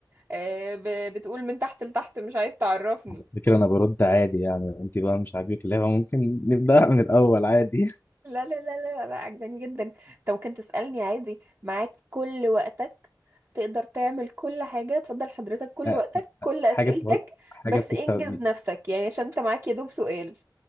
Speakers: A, on the right; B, on the left.
A: آه، ب- بتقول من تحت لتحت مش عايز تعرفني
B: على فكرة انا برد عادي يعني انت بقى مش عاجبك اللعبة ممكن نبدأها من الاول عادي
A: لا لا لا لا لا عجباني جدا انت ممكن تسألني عادي معاك كل وقتك تقدر تعمل كل حاجة تفضل حضرتك
B: <laughs>
A: كل
B: آه،
A: وقتك كل
B: حاجة
A: أسئلتك
B: بتقعد- حاجة
A: بس
B: بتستخدم
A: انجز نفسك يعني عشان انت معاك يدوب سؤال